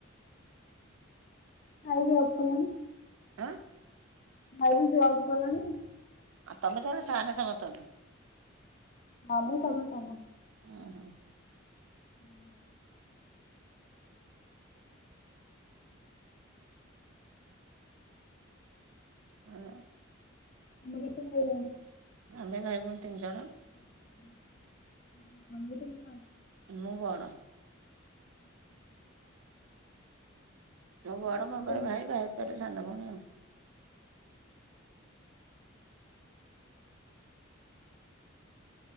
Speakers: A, on the left; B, on the right.
A: ଭାଇ ଜବ୍ କଲାଣି।
B: ଆଁ
A: ଭାଇ ବି ଜବ୍ କଲାଣି।
B: ଆଉ ତମେ ତାହେଲେ ସାନ୍ ସମସ୍ତଙ୍କ ଠୁ।
A: ହଁ ମୁଁ ସଭା ସାନ।
B: ଓହୋ
A: ହୁଁ <inaudible>
B: ହଁ
A: <unintelligible>
B: ଆମେ ଭାଇ ଭଉଣୀ ତିନି ଜଣ।
A: <unintelligible>
B: ମୁଁ ବଡ଼।
A: ହୁଁ ହଁ <inaudible>
B: ମୁଁ
A: ଜଣ।
B: ବଡ଼ ମୋ ପରେ ଭାଇ ଭାଇପରେ ସାନ ଭଉଣୀ ଆଉ।